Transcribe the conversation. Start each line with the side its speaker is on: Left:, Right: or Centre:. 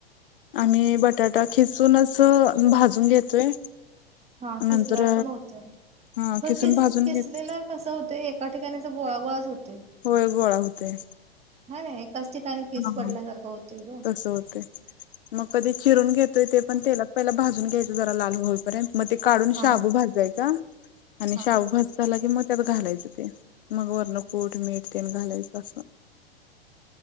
Left: आम्ही बटाटा खिचूनच भाजून घेतोय.
Right: हा किसल्यावर
Left: नंतर
Right: पण होतय <inaudible>
Left: हा
Right: पर
Left: खिसून
Right: कीस
Left: भाजून
Right: किसलेला
Left: घेत
Right: कसं होतेय? का ठिकाणी अस गोळागोळाच होतेय.
Left: होय गोळा होतय.
Right: हा ना एकाच ठिकाणी कीस
Left: हा
Right: पडल्यासारखं
Left: हा.
Right: होते ग
Left: तस होतय. मग कधी चिरून घेतोय. ते पण तेलात पहिला भाजून घ्यायच. जरा लाल होईपर्यंत. मग ते काढून
Right: हा
Left: शाबू भाजायचा. आणि
Right: हा
Left: शाबू भाज झाला की मग त्यात घालायचं ते. मग वर्ण कुठ मीठ तेन घालायचं असं.